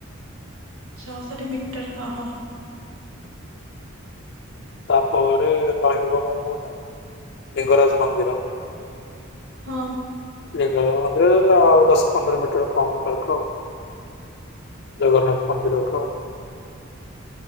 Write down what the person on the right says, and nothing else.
ଛଅଷଠି ମିଟର ହଁ ହଁ।
ହଁ।